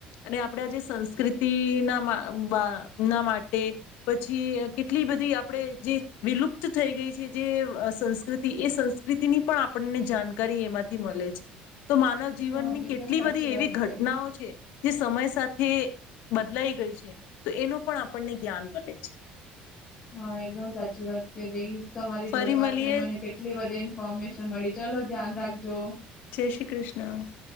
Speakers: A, on the left; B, on the left.
A: અને આપડે જેે સંસ્કૃતિ ના મા‌ બ અ ન માટે પછી કેટલી બધી આપણેે જે વિલુપ્ત થઈ ગઈ છે જે સંસ્કૃતિ એ સંસ્કૃતિની પણ આપણને જાણકારી એમાંથી મળે છે. તો માનવ જીવનની
B: હા એકદમ
A: કેટલી
B: સાચી
A: બધી
B: વાત
A: એવી ઘટનાઓ
B: કરી
A: છે. તે સમય સાથે બદલાઈ ગઈ છે તો એનું પણ આપણને જ્ઞાન મલે છે.
B: હા એકદમ સાચી વાત કે ગઈ. તમારી
A: ફરી
B: જોડે વાત
A: મળીએ
B: કરીને મને કેટલી વધે ફોમેશન મળી ચલો ધ્યાન રાખજો.
A: જય શ્રી કૃષ્ણ.